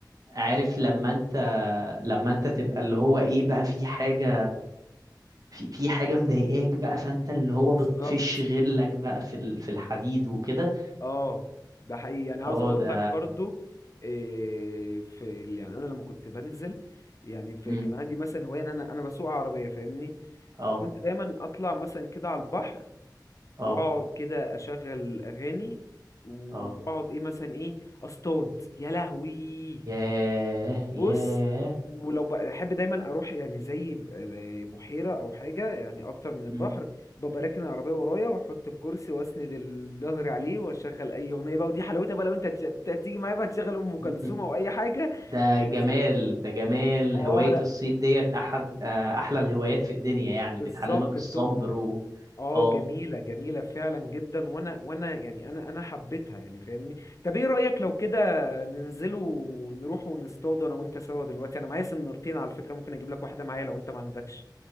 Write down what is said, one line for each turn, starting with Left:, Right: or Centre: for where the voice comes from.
Right: عارف لما انت لما انت تبقى اللي هو ايه بقى في حاجة في في حاجة مضايقاك بقى فانت اللي هو بتفش
Left: بالظبط
Right: غلك بقى في ال- في الحديد وكده
Left: اه ده حقيقي يعني
Right: اه
Left: عاوز اقول
Right: ده
Left: لك برضو إيه في يعني انا لما كنت بنزل يعني في
Right: امم
Left: كان عندي مثلا هوايه ان انا انا بسوق عربيه فاهمني
Right: اه
Left: فكنت دايما اطلع مثلا كده على البحر
Right: اه
Left: واقعد كده اشغل اغاني واقعد
Right: اه
Left: ايه مثلا ايه اصطاد يا لهوي
Right: ياه ياه
Left: بص ولو بقى- بحب دايما اروح يعني زي ب- آه، بحيره او حاجه يعني اكتر من البحر
Right: مم.
Left: ببقى راكن العربيه ورايا واحط الكرسي واسند الظهر عليه واشغل اي اغنيه بقى ودي حلاوتها بقى لو انت تش- ت- تيجي معايا بقى تشغل ام
Right: <laughs>
Left: كلثوم او اي حاجه
Right: ده
Left: بس
Right: جمال ده جمال
Left: اه
Right: هواية
Left: لا
Right: الصيد ديت احد آه، احلى الهوايات في الدنيا يعني
Left: بالظبط
Right: بتعلمك الصبر
Left: بتبقى
Right: و
Left: اه
Right: اه
Left: جميله جميله فعلا جدا وانا وانا يعني انا انا حبيتها يعني فاهمني طب ايه رايك لو كده ننزلوا ونروح ونصطادوا انا وانت سوا دلوقتي انا معايا سنارتين على فكره ممكن اجيب لك واحده معايا لو انت ما عندكش